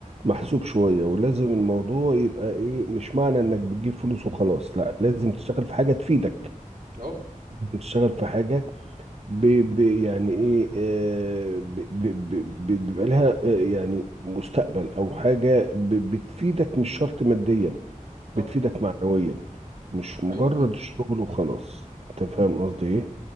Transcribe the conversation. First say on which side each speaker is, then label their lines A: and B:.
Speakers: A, on the right (about 50°); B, on the right (about 80°).
A: محسوب شوية ولازم الموضوع يبقى ايه مش معنى انك بتجيب فلوس وخلاص لا لازم تشتغل في حاجة تفيدك
B: أهو
A: لازم تشتغل في حاجة ب ب يعني ايه آه، ب- ب- ب- ب- بيبقى لها آه، يعني مستقبل او حاجة ب- بتفيدك مش شرط ماديا
B: صح
A: بتفيدك معنويا مش
B: ده حقيقي
A: مجرد
B: فعلا
A: الشغل وخلاص انت فاهم قصدي ايه